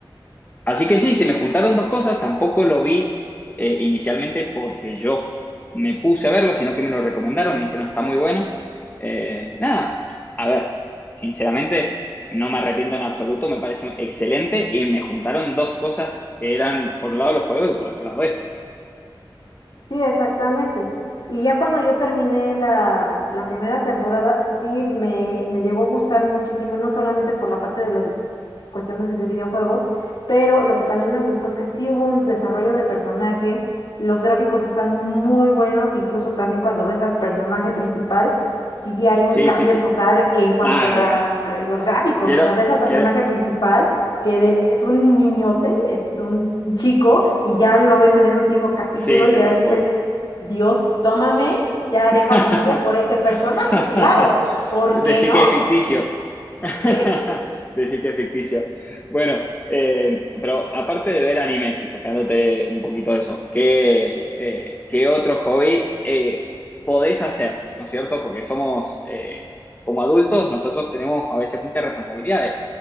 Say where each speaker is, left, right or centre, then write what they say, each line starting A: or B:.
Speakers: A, on the left (about 20°); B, on the left (about 65°).
A: Así que sí, se me juntaron dos cosas, tampoco lo vi eh, inicialmente porque yo f- me puse a verlo, sino que me lo recomendaron, me dijeron está muy bueno. Eh, nada, a ver, sinceramente no me arrepiento en absoluto, me pareció excelente y me juntaron dos cosas que eran por un lado los juegos y por otro lado esto.
B: Sí, exactamente. Y ya cuando yo terminé la, la primera temporada, sí me, me llegó a gustar muchísimo, no solamente por la parte de las cuestiones de videojuegos, pero lo que también me gustó es que sí hubo un desarrollo de personaje, los gráficos están muy buenos, incluso también cuando ves al personaje principal, sí hay un
A: Sí,
B: cambio
A: sí, sí.
B: total en cuanto
A: Nada,
B: a la-
A: eh,
B: los gráficos,
A: quiero,
B: o sea, ves al personaje
A: quiero,
B: principal. que de- es un niñote, es un chico, y ya lo ves en el último capítulo
A: sí, se
B: y ya
A: transforma.
B: dices, Dios, tómame, ya
A: <laughs>
B: dejo a mi novio por este personaje,
A: <laughs>
B: claro, ¿por
A: Decir
B: qué no?
A: que es ficticio. <laughs>
B: Sí,
A: Decir que es ficticio. Bueno, eh, pero aparte de ver animes y sacándote un poquito de eso, ¿qué, eh, qué otro hobby eh, podés hacer? ¿No es cierto? Porque somos, eh, como adultos, nosotros tenemos a veces muchas responsabilidades.